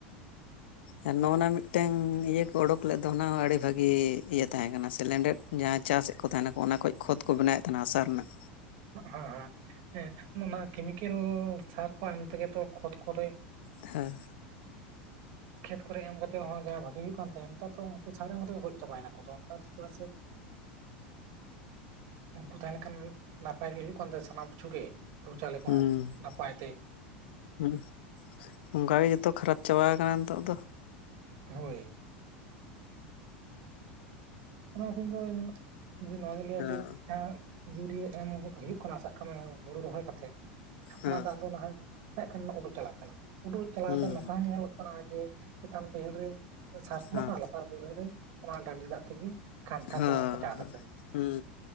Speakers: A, on the left; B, on the right.
A: ᱟᱨ ᱱᱚᱜ-ᱱᱟ ᱢᱤᱫᱴᱟᱹᱝ ᱤᱭᱟᱹ ᱠᱚ ᱚᱰᱚᱠ ᱞᱮᱫ ᱫᱚ ᱚᱱᱟ ᱦᱚᱸ ᱟᱹᱰᱤ ᱵᱷᱟᱜᱤ ᱤᱭᱟᱹ ᱛᱟᱦᱮᱸ ᱠᱟᱱᱟ ᱥᱤᱞᱤᱱᱰᱟᱨ᱾ ᱡᱟᱦᱟᱸ ᱪᱟᱥᱮᱜ ᱠᱚ ᱛᱟᱸᱦᱮᱱᱟᱠᱚ ᱚᱱᱟ ᱠᱷᱚᱱ ᱠᱷᱚᱛ ᱠᱚ ᱵᱮᱱᱟᱣᱮᱫ ᱛᱟᱸᱦᱮᱱᱟ ᱦᱟᱥᱟ ᱨᱮᱱᱟᱜ᱾
B: ᱦᱚᱸ ᱦᱚᱸ᱾ ᱦᱮᱸ ᱚᱱᱟ ᱠᱮᱢᱤᱠᱮᱞ ᱥᱟᱨ ᱠᱚ ᱮᱢ ᱛᱮᱜᱮ ᱛᱚ ᱠᱷᱚᱛ ᱠᱚᱨᱮ
A: ᱦᱮᱸ᱾
B: ᱠᱷᱮᱛ ᱠᱚᱨᱮ ᱮᱢ ᱠᱟᱛᱮᱜ ᱦᱚᱸ ᱡᱟᱦᱟᱸᱭ ᱵᱷᱟᱜᱤ ᱦᱩᱭᱩᱜ ᱠᱟᱱ ᱛᱟᱦᱮᱸᱫ, ᱱᱮᱛᱟᱨ ᱫᱚ ᱩᱱᱠᱩ ᱥᱟᱨ ᱮᱢ ᱛᱮᱜᱮ ᱜᱚᱡ ᱪᱟᱵᱟᱭᱮᱱᱟ ᱠᱚᱫᱚ ᱱᱮᱛᱟᱨ ᱪᱮᱫᱟᱜ ᱥᱮ, ᱩᱝᱠᱩ ᱛᱟᱦᱮᱸᱞᱮᱱᱠᱷᱟᱱ ᱱᱟᱯᱟᱭ ᱜᱮ ᱦᱩᱭᱩᱜ ᱠᱟᱱ ᱛᱟᱦᱮᱸᱜ ᱥᱟᱱᱟᱢ ᱠᱤᱪᱷᱩ ᱜᱮ, ᱦᱩᱲᱩ ᱪᱟᱣᱞᱮ
A: ᱦᱩᱸ
B: ᱠᱚᱦᱚᱸ ᱱᱟᱯᱟᱭ ᱛᱮ
A: ᱦᱩᱸ, ᱚᱝᱠᱟ ᱜᱮ ᱡᱚᱛᱚ ᱠᱷᱟᱨᱟᱯ ᱪᱟᱵᱟ ᱟᱠᱟᱱᱟ ᱱᱤᱛᱚᱜ ᱫᱚ᱾
B: ᱦᱳᱭ᱾ ᱚᱱᱟ ᱠᱷᱟᱛᱤᱨ ᱜᱮ ᱤᱧ ᱫᱚ ᱱᱚᱣᱟᱜᱤᱧ ᱞᱟᱹᱭᱟ
A: ᱦᱮᱸ
B: ᱡᱮ ᱮᱸᱻ ᱤᱭᱩᱨᱤᱭᱟᱹ ᱮᱢ ᱦᱩᱭᱩᱜ ᱠᱟᱱᱟ ᱥᱟᱵ ᱠᱟᱜ ᱢᱮ ᱦᱩᱲᱩ ᱨᱚᱦᱚᱭ ᱠᱟᱛᱮᱜ,
A: ᱦᱮᱸ
B: ᱚᱱᱟ ᱫᱟᱜ ᱫᱚ ᱱᱟᱦᱟᱜ ᱱᱟᱜ ᱠᱷᱟᱱ ᱩᱰᱩᱜ ᱪᱟᱞᱟᱜ ᱠᱟᱱᱟ, ᱩᱰᱩᱠ ᱪᱟᱞᱟᱣ
A: ᱦᱩᱸ
B: ᱠᱟᱛᱮ ᱱᱚᱝᱠᱟ ᱧᱮᱞᱚᱜ ᱠᱟᱱᱟ ᱡᱮ ᱪᱮᱛᱟᱱ ᱵᱟ. ᱭᱦᱟᱹᱲ ᱨᱮ ᱥᱟᱨ ᱠᱚ ᱮᱢᱟᱜ
A: ᱦᱮᱸ
B: ᱠᱟᱱᱟ ᱞᱟᱛᱟᱨ ᱵᱟᱹᱭᱦᱟᱹᱲ ᱨᱮ ᱚᱱᱟ ᱰᱟᱰᱤ ᱫᱟᱜ ᱛᱮᱜᱮ ᱠᱟᱱᱛᱷᱟ
A: ᱦᱮᱸ
B: ᱠᱚ ᱠᱟᱪᱟᱣ ᱫᱟᱠᱚ᱾
A: ᱦᱮᱸ ᱦᱩᱸ